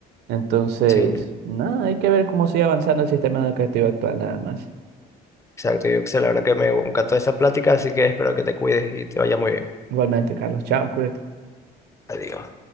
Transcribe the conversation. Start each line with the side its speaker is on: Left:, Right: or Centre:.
Right: Entonces,
Left: Sí,
Right: nada, hay que ver cómo sigue avanzando el sistema educativo actual, nada más.
Left: exacto, yo la verdad que me encantó esta plática, así que espero que te cuides y te vaya muy bien.
Right: Igualmente, Carlos, chao, cuídate.
Left: Adiós.